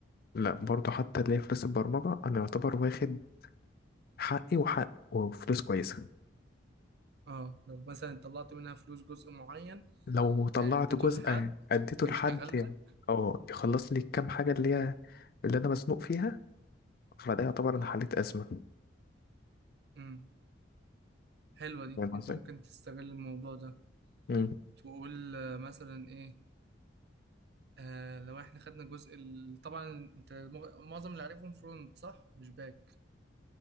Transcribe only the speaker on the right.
اه لو مثلا طلعت منها فلوس جزء معين
آه، اديته
لحد
<laughs> يشتغل
لك
اه
امم حلوة دي
انت
ممكن تستغل الموضوع ده
تقول آه، مثلا ايه آه لو احنا خدنا جزء ال... طبعا انت مغ- معظم اللي عارفهم فرونت صح مش باك